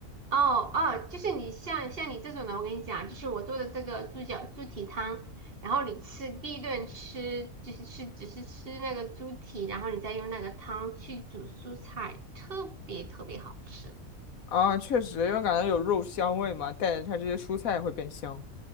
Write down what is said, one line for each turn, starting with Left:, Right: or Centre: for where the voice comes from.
Right: 哦哦，就是你像像你这种的，我跟你讲，就是我做的这个猪脚猪蹄汤，然后你吃第一顿吃就是吃只是吃那个猪蹄，然后你再用那个汤去煮蔬菜，特别特别好吃。
Left: 啊，确实，因为感觉有肉香味嘛，带着它这些蔬菜也会变香。